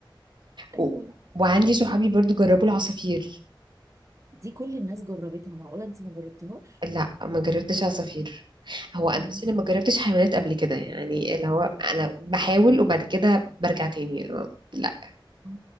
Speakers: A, on the right; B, on the right.
A: ايوه
B: و- وعندي صحابي برضو جربوا العصافير
A: دي كل الناس جربتها معقوله انت ما جربتهاش
B: لا ما جربتش عصافير هو أنا-
A: يعني
B: بس انا ما جربتش حيوانات قبل كده يعني اللي هو انا بحاول وبعد كده برجع تاني آه، لا
A: اه